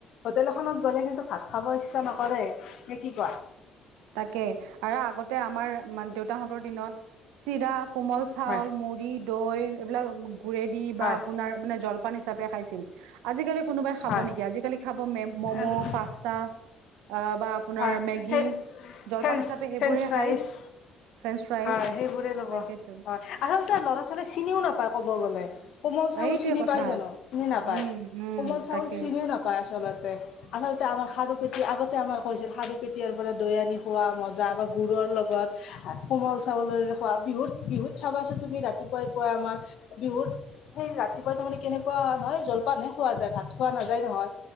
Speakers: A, on the left; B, on the right.
A: হোটেল এখনত গ'লে কিন্তু ভাত খাব ইচ্ছা নকৰে। নে কি কোৱা?
B: তাকে আৰু আগতে আমাৰ মান দেউতাহঁতৰ দিনত চিৰা, কোমল চাউল,
A: হয়
B: মুড়ি দৈ এইবিলাক পৰেদি
A: হয়
B: বা আপোনাৰ মানে জলপান হিচাপে খাইছিল। আজিকালি কোনোবাই খাব
A: হয়
B: নেকি? আজিকালি খাব ম মম'
A: উম, উম,
B: পাষ্টা। আহ বা আপোনাৰ
A: হয়
B: মেগী
A: সেই
B: জলপান
A: ফ্ৰেঞ্চ
B: হিচাপে সেইবোৰেহে
A: ফ্ৰেঞ্চ ফ্ৰাইজ
B: খায়। ফ্ৰেঞ্চ ফ্ৰাইজ
A: হয়, সেইবোৰে ল'ব।
B: তাকেতো।
A: হয়, আচলতে ল'ৰা- ছোৱালীয়ে চিনিও নাপায় কব গলে। কোমল চাউল
B: এইটোৱে
A: চিনি
B: কথা
A: পায় জানো? চিনি নাপায়
B: উম উম
A: কোমল চাউল
B: তাকে
A: চিনিও নাপায় আচলতে। আচলতে আমাৰ সাৰু পেটি আগতে আমাৰ কৰিছিল খাৰু পেটীয়াৰ পৰা দৈ আনি খোৱা মজা বা গুড়ৰ লগত। কোমল চাউলৰে খোৱা। বিহুত বিহুত চাবাচোন তুমি ৰাতিপুৱাই পুৱাই আমাৰ বিহুত সেই ৰাতিপুৱা তাৰমানে কেনেকুৱা হয়, নহ জলপান হহে খোৱা যায় ভাত খোৱা নাযায় নহয়।